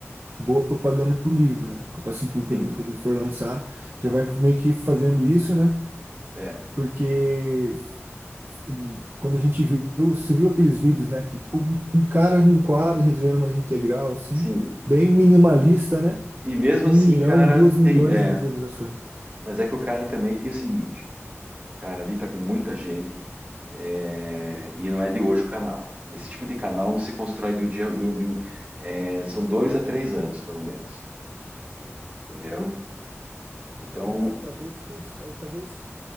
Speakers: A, on the right; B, on the right.
A: boa propaganda pro livro, né? Assim que o produto,
B: sim,
A: quando ele for lançar, já vai meio que fazendo isso, né?
B: é,
A: Porque hum, quando a gente viu, você viu aqueles vídeos, né? Que um um cara num quadro resolvendo uma integral, assim,
B: sim.
A: bem minimalista, né?
B: E mesmo
A: Um
B: assim,
A: milhão,
B: cara,
A: duas milhões
B: tem. É,
A: de visualizações.
B: mas é que o cara também tem o seguinte: o cara ali tá com muita gente É, e não é de hoje o canal. Esse tipo de canal não se constrói de um dia. de um- de um- é, são dois a três anos, pelo menos.
A: Sim.
B: Entendeu? Então,
A: Mas talvez, cons- eh, talvez